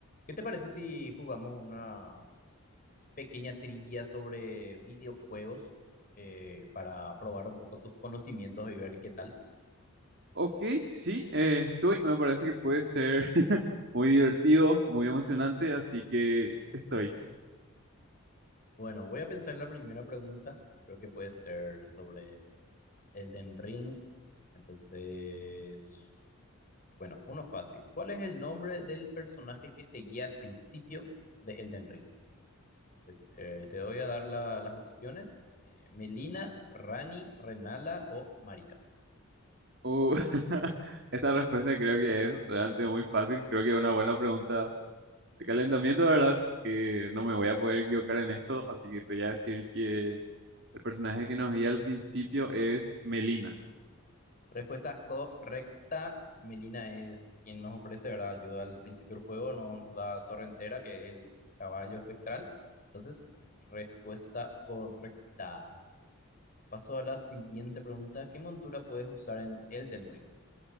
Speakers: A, on the left; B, on the right.
A: ¿Qué te parece si jugamos una pequeña trivia sobre videojuegos eh, para probar un poco tus conocimientos y ver qué tal?
B: Ok, sí, eh, estoy. Me parece que puede ser <laughs> muy divertido, muy emocionante, así que estoy.
A: Bueno, voy a pensar en la primera pregunta. Creo que puede ser sobre Elden Ring. Entonces, bueno, uno fácil. ¿Cuál es el nombre del personaje que te guía al principio de Elden Ring? Pues eh, te voy a dar la- las opciones. eh, Melina, Rani, Renala o Marika.
B: Uh, <laughs> esta respuesta creo que es realmente muy fácil. Creo que es una buena pregunta de calentamiento, ¿verdad? Que no me voy a poder equivocar en esto, así que te voy a decir que el personaje que nos guía al principio es Melina.
A: Respuesta correcta. Melina es quien nos ofrece, ¿verdad? Ayuda al principio del juego, no nos da torre entera, que es el, el caballo espectral. Entonces, respuesta correcta. Paso a la siguiente pregunta. ¿Qué montura puedes usar en Elden Ring?